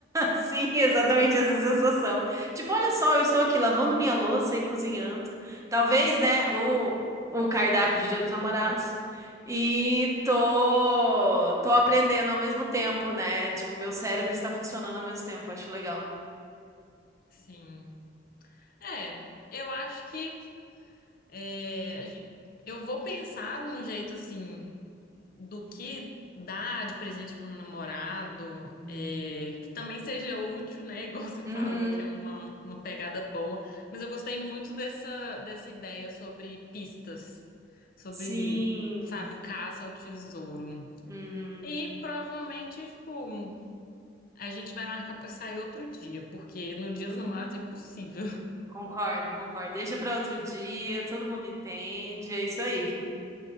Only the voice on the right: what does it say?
Sim, <laughs> exatamente essa sensação. Tipo, olha só, eu estou aqui lavando minha louça e cozinhando. Talvez, né, o, o cardápio de Dia dos Namorados. E tô, tô aprendendo ao mesmo tempo, né? Tipo, meu cérebro está funcionando ao mesmo tempo. Acho legal.
Uhum.
Uhum,
sim.
Uhum,
concordo, concordo. Deixa para outro dia, todo mundo entende. É isso aí.